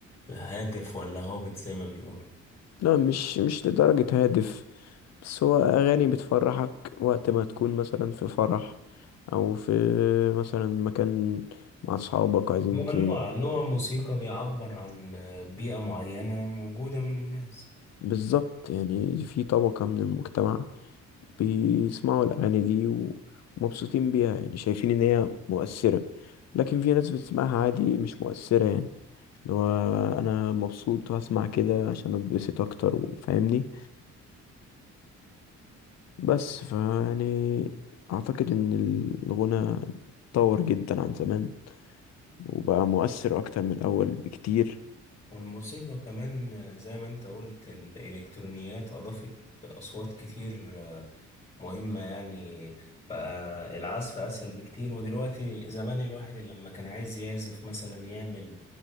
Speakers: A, on the left (about 20°); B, on the left (about 60°).
A: هادف ولا هابط زي ما بيقولوا؟
B: لا مش مش لدرجة هادف بس هو أغاني بتفرحك وقت ما تكون مثلا في فرح أو في مثلا مكان مع أصحابك عايزين
A: هو
B: ت...
A: نوع نوع موسيقى بيعبر عن آه، بيئة معينة موجودة من الناس
B: بالظبط يعني في طبقة من المجتمع بيسمعوا الأغاني دي و- ومبسوطين بيها يعني شايفين إن هي مؤثرة لكن في ناس بتسمعها عادي مش مؤثرة يعني اللي هو أنا مبسوط وهسمع كده عشان أتبسط أكتر وفاهمني بس فيعني أعتقد إن الغنى اتطور جدا عن زمان وبقى مؤثر أكتر من الأول بكتير
A: والموسيقى كمان آه، زي ما انت قلت الإلكترونيات أضافت أصوات كتير آه، مهمة يعني بقى العزف أسهل بكتير ودلوقتي زمان الواحد اللي لما كان عايز يعزف مثلا يعمل